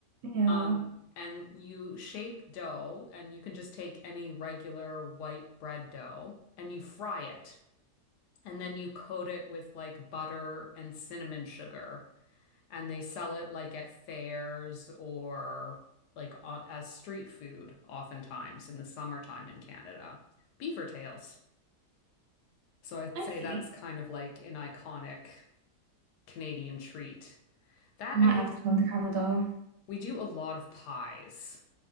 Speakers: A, on the right (about 70°); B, on the left (about 85°).
A: Yeah,
B: um, and you shape dough, and you can just take any regular white bread dough and you fry it, and then you coat it with like butter and cinnamon sugar. And they sell it like at fairs or like o- as street food, oftentimes in the summertime in Canada. Beaver tails. So I'd
A: I
B: say
A: see.
B: that's kind of like an iconic Canadian treat. That
A: I might
B: and
A: have
B: we
A: to come to Canada.
B: we do a lot of pies.